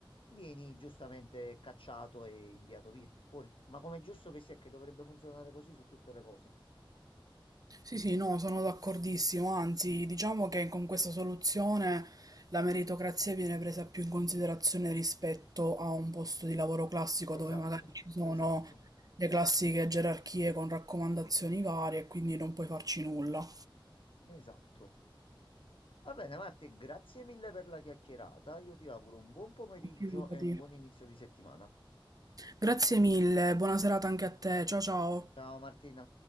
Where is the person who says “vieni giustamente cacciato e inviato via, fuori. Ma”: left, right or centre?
Left